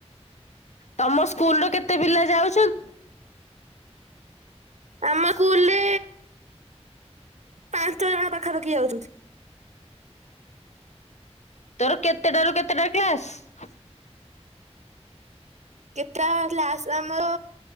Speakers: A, on the left (about 85°); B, on the right (about 85°).
A: ତମ ସ୍କୁଲର କେତେ ପିଲା ଯାଉଛନ୍?
B: ଆମ କୁଲରେ ପାଞ୍ଚ ଜଣ ପାଖାପାଖି ଯାଉଛନ୍ତି।
A: ତୋର କେତେଟା ରୁ କେତେଟା କ୍ଲାସ?
B: କେତ୍ରା କ୍ଲାସ ଆମର